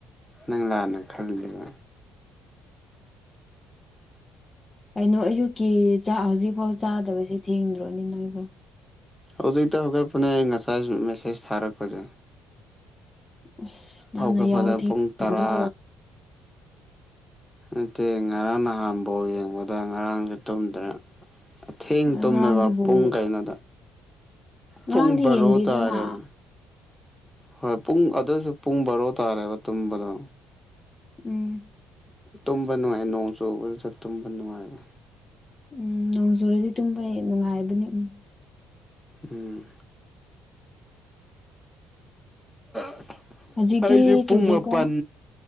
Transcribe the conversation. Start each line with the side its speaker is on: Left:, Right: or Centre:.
Centre: ꯅꯪꯂ ꯂꯥꯅ ꯈꯂꯤꯕ
Left: ꯀꯩꯅꯣ ꯑꯌꯨꯛꯀꯤ ꯆꯥꯛ ꯍꯧꯖꯤꯛꯐꯥꯎ ꯆꯥꯗꯕꯁꯤ ꯊꯦꯡꯗ꯭ꯔꯣꯅꯤ ꯅꯣꯏꯕꯣ
Centre: ꯍꯧꯖꯤꯛꯇ ꯍꯧꯒꯠꯄꯅꯦ ꯑꯩ ꯉꯁꯥꯏ ꯃꯦꯁꯦꯁ ꯊꯥꯔꯛꯄꯁꯦ
Left: ꯑꯁ ꯅꯪꯅ
Centre: ꯍꯧꯒꯠꯄꯗ
Left: ꯌꯥꯍꯧ ꯊꯦꯡꯗꯣ
Centre: ꯄꯨꯡ ꯇꯔꯥ ꯅꯠꯇꯦ ꯉꯔꯥꯡ ꯅꯍꯝꯕꯣꯜ ꯌꯦꯡꯕꯗ ꯉꯔꯥꯡꯁꯨ ꯇꯨꯝꯗ꯭ꯔꯦ ꯑꯊꯦꯡ ꯇꯨꯝꯃꯦꯕ
Left: ꯉꯔꯥꯡꯗꯤ ꯕꯣꯜ
Centre: ꯄꯨꯡ ꯀꯩꯅꯣꯗ
Left: ꯉꯔꯥꯡꯗꯤ
Centre: ꯄꯨꯡ ꯕꯔꯣ
Left: ꯌꯦꯡꯗꯦꯗꯅ
Centre: ꯇꯥꯔꯦꯕ ꯍꯣꯏ ꯄꯨꯡ ꯑꯗꯨꯁꯨ ꯄꯨꯡ ꯕꯥꯔꯣ ꯇꯥꯔꯦꯕ ꯇꯨꯝꯕꯗꯣ
Left: ꯎꯝ
Centre: ꯇꯨꯝꯕ ꯅꯨꯡꯉꯥꯏ ꯅꯣꯡ ꯆꯨꯕꯗꯨꯁꯨ ꯇꯨꯝꯕ ꯅꯨꯡꯉꯥꯏꯔ
Left: ꯎꯝ ꯅꯣꯡꯖꯨꯔꯗꯤ ꯇꯨꯝꯕ ꯅꯨꯡꯉꯥꯏꯕꯅꯤ ꯎꯝ꯫
Centre: ꯎꯝ <unintelligible>
Left: ꯍꯧꯖꯤꯛꯇꯤ
Centre: ꯑꯩꯗꯤ ꯄꯨꯡ
Left: ꯆꯨꯗꯦꯀꯣ
Centre: ꯃꯥꯄꯟ